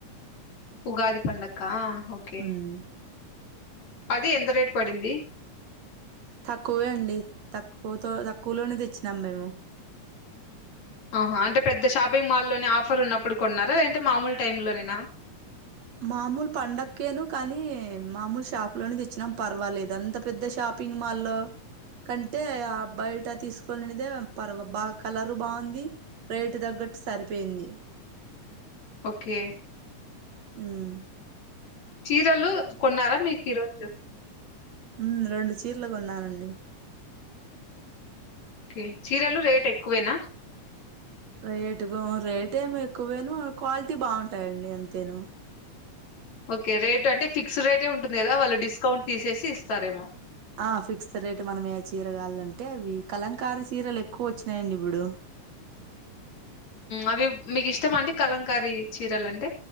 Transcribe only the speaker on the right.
మ్మ్
తక్కువే అండి తక్కువతో తక్కువులోనే దెచ్చినాం మేము
మామూల్ పండక్కేను కానీ మామూల్ షాప్లోనే దెచ్చినాం పర్వాలేద్ అంత పెద్ద షాపింగ్ మాల్లో కంటే ఆ బాయట తీసుకొనినేదే పర్వ బా కలరు బా ఉంది రేటు దగ్గట్ సరిపోయింది.
ఉం
హ్మ్ రెండు చీర్లు గొన్నానండి.
రేటుగా రేట్ ఏం ఎక్కువేను క్వాల్టీ బా ఉంటాయండి అంతేను.
ఆ ఫిక్స్ రేటు మనమే చీరల్ గాలంటే అవి కలంకారి చీరల్ ఎక్కువొచ్చినాయండి ఇబుడు